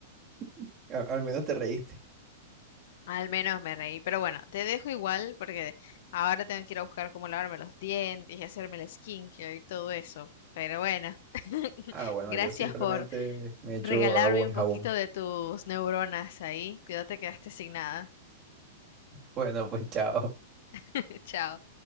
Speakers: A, on the right; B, on the left.
A: <laughs> a- al menos te reíste.
B: al menos me reí. Pero bueno, te dejo igual porque ahora tengo que ir a buscar cómo lavarme los dientes y hacerme el skincare y todo eso. Pero bueno, <laughs>
A: Ah, bueno,
B: gracias
A: yo simplemente
B: por
A: me echo
B: regalarme
A: agua
B: un
A: y jabón.
B: poquito de tus neuronas ahí. Cuídate, quedaste sin nada.
A: Bueno, pues chao.
B: <laughs> Chao.